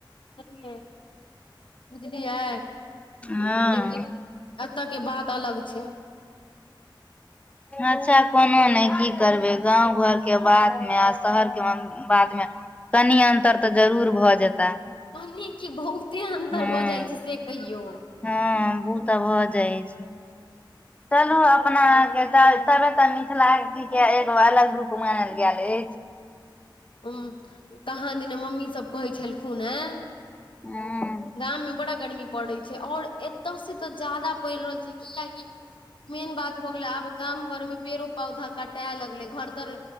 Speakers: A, on the left; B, on the left.
A: <unintelligible> बुझलियए
B: हँ
A: लेकिन एतऽ के बात अलग छै
B: अच्छा कोनो नहि की करबै गाँव घरके बातमे आ शहरके बाद मे कनि अन्तर तऽ जरूर भऽ जेता
A: कनी कि बहुते अन्तर
B: हँ
A: भऽ जाइ छै से कहियौ
B: हँ ऊ तऽ भऽ जाइ छै चलहो अपना
A: ह
B: आ के तऽ तबे तऽ मिथिला के एगो अलग रूप मानल गेल अछि
A: उ कहाँ दिना मम्मीसभ कहै छलखुन हाँ
B: हूँ
A: गाम मे बड़ा गर्मी पड़ैत छै और एतय स तऽ ज्यादा पड़ि रहल छै कियकि मेन बात भ गेलै आब गाँव घर मे पेड़ो पौधा कटाए लगले घर तर